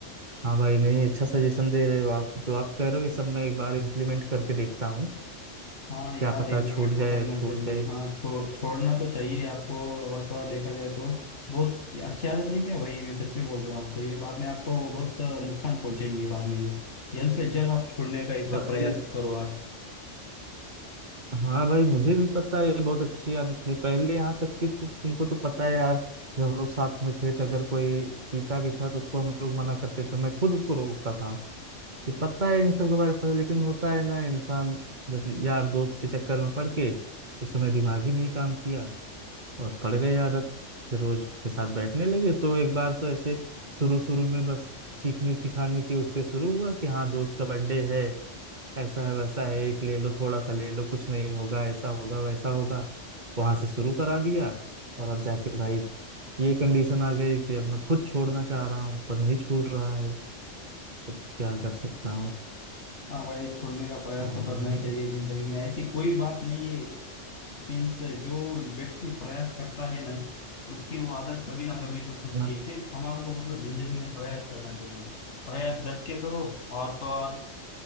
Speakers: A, on the right; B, on the left.
A: हाँ भाई नहीं अच्छा सजेशन दे रहे हो आप जो आप कह रहे हो ये सब मैं एक बार इम्प्लीमेंट करके देखता हूँ
B: हाँ
A: क्या
B: यार
A: पता
B: इम्प्लीमेंट
A: छूट जाए
B: तो करना
A: छूट
B: चाहिए
A: जाए
B: हाँ छो, छोड़ना तो चाहिए आपको और तो और देखा जाए तो बहुत अच्छी आदत नहीं क्या भाई ये मैं सच में बोल रहा हूँ आपको ये बाद में आपको बहुत नुकसान पहुंचेंगे बाद में जल्द से जल्द आप छोड़ने का इसका
A: भाई-
B: प्रयास करो आज
A: हाँ भाई मुझे भी पता है ये बहुत अच्छी आदत नहीं पहले यहाँ तक कि तु, तुमको तो पता है यार जब हम लोग साथ में थे तो अगर कोई पीता भी था तो उसको हम लोग मना करते थे मैं खुद उसको रोकता था तो पता है इन सब के बारे में पता- लेकिन होता है ना इंसान मतलब यार दोस्त के चक्कर में पड़ के उस समय दिमाग ही नहीं काम किया और पड़ गई आदत फिर रोज के साथ बैठने लगे तो एक बार तो ऐसे शुरू शुरू में बस चीखने चिखाने के उस पे शुरू हुआ कि हाँ दोस्त का बर्थडे है ऐसा है वैसा है एक ले लो थोड़ा सा ले लो कुछ नहीं होगा ऐसा होगा वैसा होगा वहां से शुरू करा दिया और अब जाके भाई ये कंडीशन आ गई कि अब मैं खुद छोड़ना चाह रहा हूँ पर नहीं छूट रहा है तो क्या कर सकता
B: हाँ भाई छोड़ने का प्रयास
A: हूँ
B: तो करना ही चाहिए जिंदगी में ऐसी कोई बात नहीं है मीन्स जो व्यक्ति प्रयास करता है ना उसकी वो आदत कभी ना कभी तो छूटती
A: हाँ
B: है सिर्फ हमारे को मतलब जिंदगी में प्रयास करना चाहिए प्रयास डट के करो और तो और